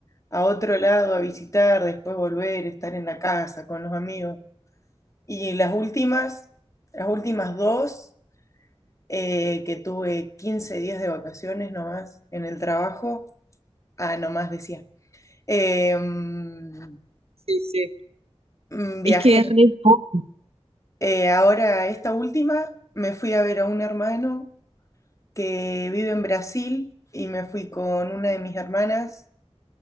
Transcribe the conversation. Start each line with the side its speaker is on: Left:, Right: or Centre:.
Left: a otro lado a visitar, después volver, estar en la casa con los amigos. Y las últimas, las últimas dos. eh, que tuve 15 días de vacaciones nomás en el trabajo. Ah, nomás decía. Eh, mm,
Right: Sí, sí.
Left: mm, viajé.
Right: Es que es re po-
Left: Eh, ahora, esta última, me fui a ver a un hermano que vive en Brasil y me fui con una de mis hermanas